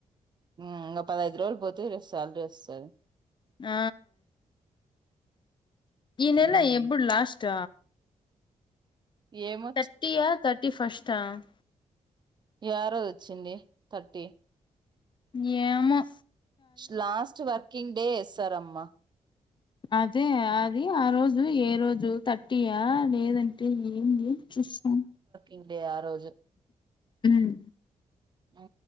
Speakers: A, on the right (about 35°); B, on the left (about 40°).
A: మ్మ్ ఇంగ పదఐదు రోజులు పోతే రేప్ సాలరీ వస్తది
B: ఆ ఈ నెల
A: ఉమ్.
B: ఎప్పుడు లాస్ట్
A: ఏమో
B: తట్టి అ తట్టి ఫస్ట అ.
A: యారోదోచ్చింది, తట్టి.
B: యేమొ.
A: స్లాస్ట్ వర్కింగ్ డే ఎస్తారమ్మ.
B: అదే అది ఆ రోజు ఏ రోజు తట్టియా లేదంటే, ఎ. ఏంది చూస్తాన్.
A: ఇంటి ఆ రోజు.
B: ఉమ్.
A: ఆ.